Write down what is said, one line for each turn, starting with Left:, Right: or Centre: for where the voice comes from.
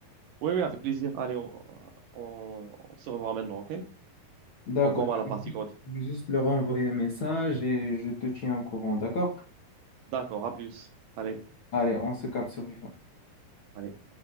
Right: Oui, oui, avec plaisir. Allez, on, on, on se revoit maintenant, OK?
Left: D'accord.
Right: On voit mal
Left: Je vais
Right: la partie
Left: juste
Right: code.
Left: je vais juste leur envoyer un message et je te tiens au courant, d'accord?
Right: D'accord, à plus. Allez,
Left: Allez, on se capte sur FIFA.
Right: allez.